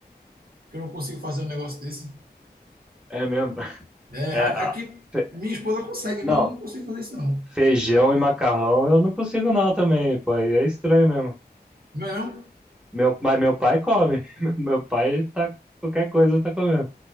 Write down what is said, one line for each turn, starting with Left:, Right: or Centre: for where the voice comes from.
Right: Que eu não consigo fazer um negócio desse.
Centre: é mesmo. <laughs>
Right: É, a-
Centre: É, a-
Right: aqui
Centre: fe-
Right: minha esposa consegue,
Centre: não,
Right: viu? Eu não consigo fazer isso não.
Centre: feijão e macarrão eu não consigo não também, pô. aí É estranho mesmo.
Right: Não é não?
Centre: Meu, mas meu pai come. <laughs> Meu pai tá, qualquer coisa tá comendo.